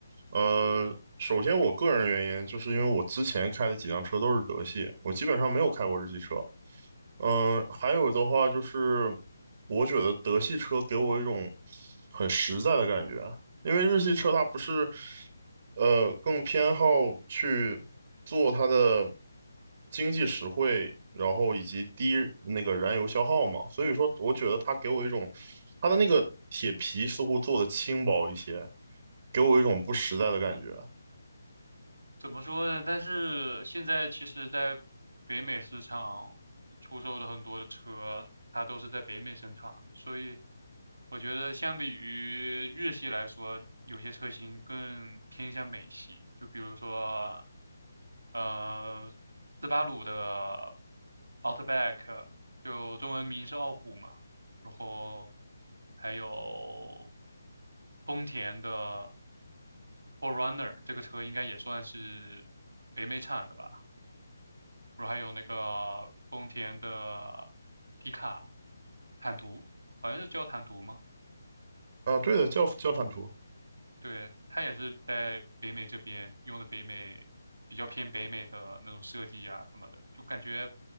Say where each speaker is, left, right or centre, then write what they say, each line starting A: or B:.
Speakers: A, on the right (about 40°); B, on the right (about 70°).
A: 呃，首先我个人原因就是因为我之前开的几辆车都是德系，我基本上没有开过日系车。嗯，还有的话就是，我觉得德系车给我一种很实在的感觉，因为日系车它不是，呃，更偏好去做它的经济实惠，然后以及低那个燃油消耗嘛，所以说我觉得它给我一种，它的那个铁皮似乎做的轻薄一些，给我一种不实在的感觉。
B: 嗯。怎么说呢？但是现在其实，在北美市场出售的很多的车，它都是在北美生产的，所以我觉得相比于日系来说，有些车型更偏向美系。就比如说，呃，斯巴鲁的 Outback，就中文名是傲虎嘛，然后还有丰田的。f o r r u n n e r 这个车应该也算是北美产的吧，然后还有那个丰田的皮卡坦途，好像是叫坦途吗？
A: 啊，对的，叫叫坦途。
B: 对，它也是在北美这边用的北美比较偏北美的那种设计呀、什么的，就感觉